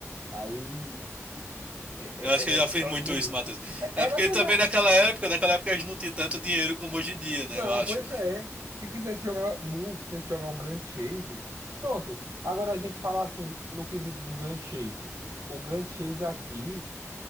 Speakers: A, on the right; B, on the right.
A: Aí, é-
B: Eu acho
A: é- era
B: que eu já
A: nostalgia
B: fiz muito isso,
A: mesmo.
B: Matheus.
A: É-
B: É
A: Era
B: porque
A: até
B: também
A: na,
B: naquela época, naquela época a gente não tinha tanto dinheiro como hoje em dia, né?
A: Não,
B: Eu acho.
A: pois é. Se quisesse jogar Mu, quisesse jogar um Grand Chase. Pronto. Agora a gente fala assim no quesito do Grand Chase. O Grand Chase aqui,